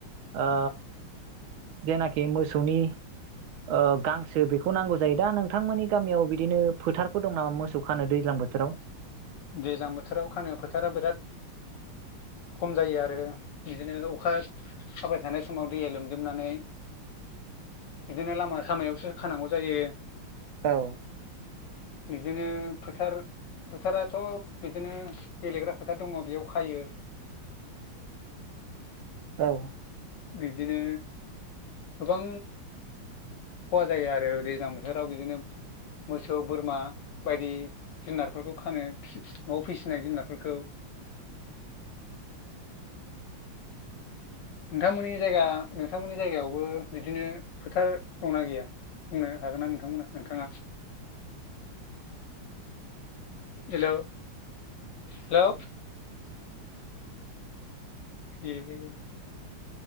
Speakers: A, on the right (about 75°); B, on the left (about 70°).
A: ओ जेनाखि मोसौनि ओ गांसो बेखौ नांगौ जायो। दा नोंथांमोननि गामियाव बिदिनो फोथारफोर दं नामा मोसौ खानो दैज्लां बोथोराव?
B: दैज्लां बोथोराव खानो फोथारा बिराद खम जायो आरो बिदिनो अखा हाबाय थानाय समाव दैया लोमजोबनानै बिदिनो लामा सामायावसो खानांगौ जायो।
A: औ
B: बिब्दिनो फोथार फोथारा सब बिदिनो गेलेग्रा फोथार दङ बेयाव खायो।
A: औ।
B: बिदिनो गोबां खहा जायो आरो दैज्लां बोथोराव बिदिनो मोसौ बोरमा बायदि जुनारफोरखौ खानो फिसि फि न'आव फिसिनाय जुनारफोरखौ नोंथांमोननि जायगा नोंथांमोननि जायगायावबो बिदिनो फोथार दंना गैया बुंनो हागोन ना नोंथांमोना नोंथाङा? हेलौ हेलौ एये हेल'